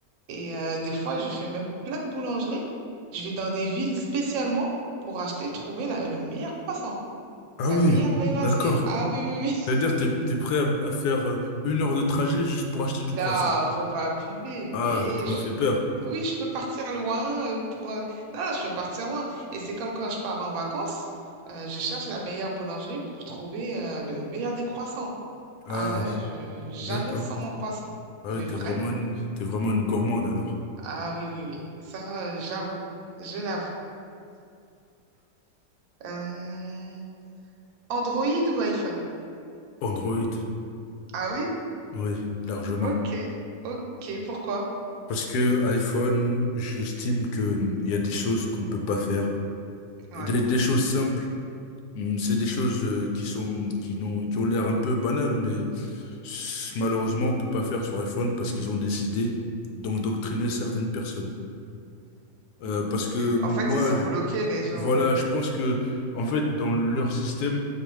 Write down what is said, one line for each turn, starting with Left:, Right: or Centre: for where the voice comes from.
Right: et euh, des fois, je fais même plein de boulangeries. Je vais dans des villes spécialement pour acheter, trouver la- le meilleur croissant, hein,
Left: Ah
Right: la
Left: oui,
Right: meilleure viennoiserie.
Left: d'accord.
Right: hein. Ah oui, oui, oui.
Left: C'est-à-dire,
Right: <laughs>
Left: t'es, t'es prêt à, m- à faire euh, une heure de trajet juste pour acheter du
Right: Non,
Left: croissant.
Right: faut pas abuser.
Left: Ah,
Right: Mais
Left: tu m'as
Right: je-
Left: fait peur.
Right: oui, je peux partir loin euh, pour. euh, Non, non, je peux partir loin. Et c'est comme quand je pars en vacances, euh, je cherche la meilleure boulangerie pour trouver euh, le meilleur des croissants.
Left: Ah,
Right: Ah,
Left: c-
Right: ouais, je... jamais
Left: d'accord.
Right: sans mon croissant.
Left: Ah,
Right: Mais
Left: ouais, t'es
Right: vraiment.
Left: vraiment une, t'es vraiment une gourmande alors.
Right: Ah oui, oui, oui. Ça, euh, j'avoue. Je l'avoue. Euh, Android ou iPhone?
Left: Android,
Right: Ah oui?
Left: oui, largement.
Right: Ok, ok, pourquoi?
Left: Parce que iPhone, j'estime que hum, il y a des choses qu'on peut pas faire,
Right: Ouais.
Left: des, des choses simples. Hum, C'est des choses euh, qui sont, qui n'ont, qui ont l'air un peu banales, mais s- malheureusement, on peut pas faire sur iPhone parce qu'ils ont décidé d'endoctriner certaines personnes. Euh, parce que moi,
Right: En fait, ils sont bloqués, les gens.
Left: Voilà, je pense que, en fait, dans leur système,